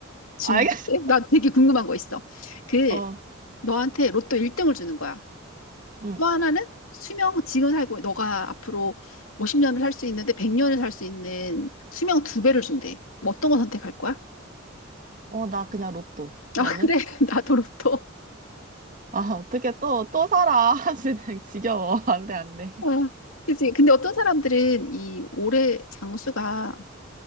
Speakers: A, on the left (about 85°); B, on the right (about 40°).
A: 질문할게.
B: 알겠어.
A: 나 되게 궁금한 거 있어.
B: <laughs>
A: 그,
B: 어,
A: 너한테 로또 1등을 주는 거야.
B: 응.
A: 또 하나는 수명 지금 살고 너가 앞으로 50년을 살 수 있는데 100년을 살 수 있는 수명 두 배를 준대. 뭐 어떤 거 선택할 거야?
B: 어, 나 그냥 로또. 너는?
A: 아 그래 <laughs> 나도 로또.
B: 아, 어떻게 또, 또 살아. <laughs> 진짜 지겨워. 안 돼, 안 돼.
A: 아, 그치. 근데 어떤 사람들은 이 올해 장수가